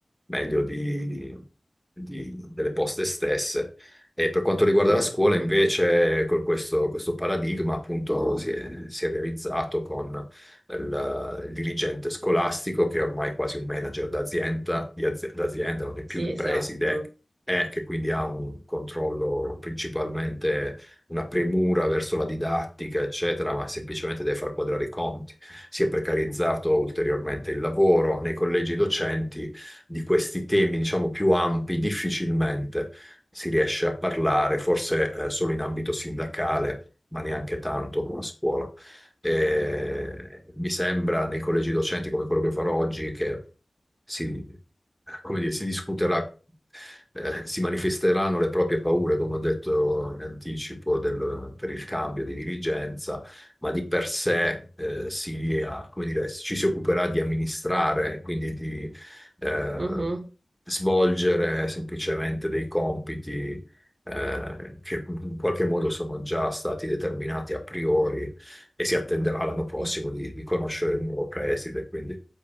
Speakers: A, in the centre; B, on the right.
A: meglio di- di- delle poste stesse. E per quanto riguarda
B: mm,
A: la scuola,
B: mm,
A: invece,
B: mm. mm.
A: con questo, questo paradigma appunto si è, si è realizzato con il, il dirigente scolastico, che è ormai quasi un manager d'azienda, di azi- d'azienda, non è più
B: Sì,
A: il
B: esatto.
A: preside, e che quindi ha un controllo principalmente, una premura verso la didattica, eccetera, ma semplicemente deve far quadrare i conti. Si è precarizzato ulteriormente il lavoro nei collegi docenti di questi temi, diciamo, più ampi, difficilmente si riesce a parlare, forse eh, solo in ambito sindacale, ma neanche tanto con la scuola. Eh, mi sembra nei collegi docenti come quello che farò oggi che si, come dire, si discuterà, eh, si manifesteranno le proprie paure, come ho detto in anticipo, del- per il cambio di dirigenza, ma di per sé, eh, si, ah, come dire, ci si occuperà di amministrare, quindi di, eh,
B: Mhm,
A: svolgere semplicemente dei compiti eh, che in qualche modo sono già stati determinati a priori e si attenderà l'anno prossimo
B: Sì,
A: di, di conoscere il nuovo preside. Quindi,